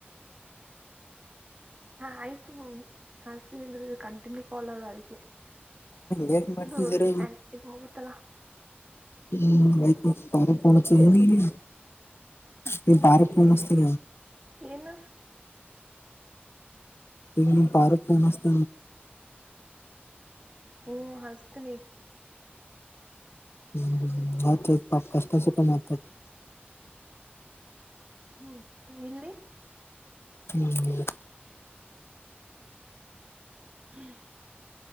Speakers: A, on the right; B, on the left.
A: ಆಯ್ತು ಹಸ್ತೀನ ಅಂದ್ರೆ ಕ ಿ ಕಾಲದ ಅದಕ್ಕೆ
B: ಲೇಟ್ ಮಾಡ್ತಿದೀರ
A: ಇದು ಇದು ಮುಗತಲ್ಲಾ
B: ಹ್ಮ್ ತಾರ ಪ ಚ <unintelligible> ನೀ ಬಾರ ಮೋನ್ಸ್ತಿ
A: ಏನು
B: ಈಗ ನಿಮ್ಮ ಪಾರಕ್ ೇಮಸ್ತ
A: ಹ್ಮ್ ಹಸ್ತನಿ
B: ಹ್ಮ್ ಆಯ್ತ ಪಾಪ ಕಷ್ಟ ಸುಖ ಮಾತಾಡು
A: ಹ್ಮ್ ಇಲ್ಲಿ
B: ಹ್ಮ್
A: <inaudible>